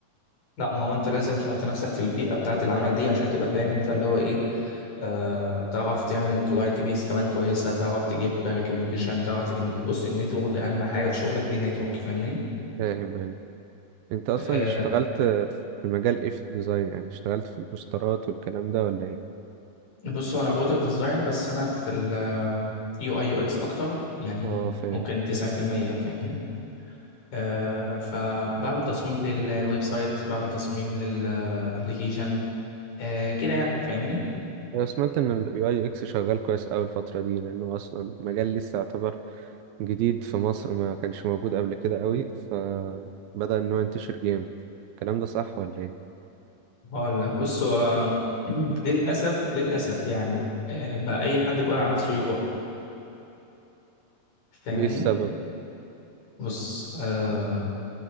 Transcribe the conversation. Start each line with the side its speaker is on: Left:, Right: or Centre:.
Left: لا ما هو انت لازم تحط نفسك في البيئه بتاعه العمل دي عشان تبقى فاهم انت اللي هو ايه آه تعرف تعمل كلاينت بيس كمان كويسه تعرف تجيب ريكومنديشن تعرف ان بص النتورك اهم حاجه في شغلك دي النتورك فاهمني
Right: فاهم يعني انت اصلا
Left: آه،
Right: اشتغلت في مجال ايه في الديزاين يعني اشتغلت في البوسترات والكلام ده ولا ايه
Left: بص هو انا برودكت ديزاين بس انا في ال يو اي يو اكس اكتر يعني
Right: اه فاهم
Left: ممكن 90% فاهمني آه فبعمل تصميم للويب سايت بعمل تصميم للابليكيشن آه كده يعني فاهمني
Right: انا سمعت ان اليو اي اكس شغال كويس قوي الفتره دي لانه اصلا مجال لسه يعتبر جديد في مصر ما كانش موجود قبل كده قوي فبدأ ان هو ينتشر جامد الكلام ده صح ولا ايه
Left: هقول لك بص هو <clears throat> للاسف للاسف يعني آه بقى اي حد بيقول على نفسه يو اي فاهمني
Right: ليه السبب
Left: بص آه